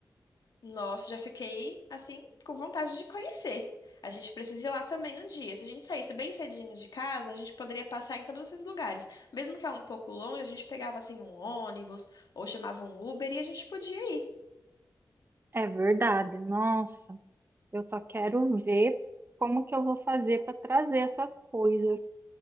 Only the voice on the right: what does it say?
É verdade. Nossa, eu só quero ver como que eu vou fazer para trazer essas coisas.